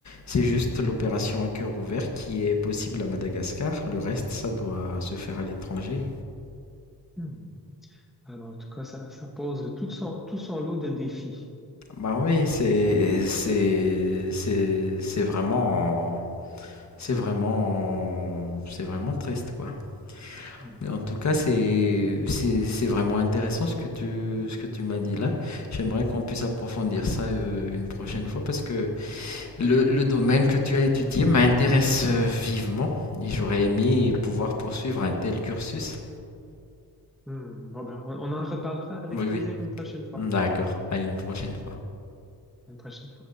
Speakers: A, on the left; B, in the centre.
A: c'est juste l'opération à cœur ouvert qui est possible à Madagascar. Le reste, ça doit se faire à l'étranger.
B: Hmm. Alors, en tout cas, ça, ça pose tout son, tout son lot de défis.
A: Bah oui, c'est c'est c'est c'est vraiment c'est vraiment c'est vraiment triste quoi.
B: Hmm.
A: Mais en tout cas, c'est c'est c'est vraiment intéressant ce que tu ce que tu m'as dit là. J'aimerais qu'on puisse approfondir ça euh, une prochaine fois parce que Le, le domaine que tu as étudié m'intéresse euh, vivement et j'aurais aimé pouvoir
B: Hmm.
A: poursuivre un tel cursus.
B: Hmm, Bon ben, on, on en reparlera avec
A: Oui,
B: plaisir
A: oui.
B: une prochaine fois.
A: D'accord, à une prochaine fois.
B: Une prochaine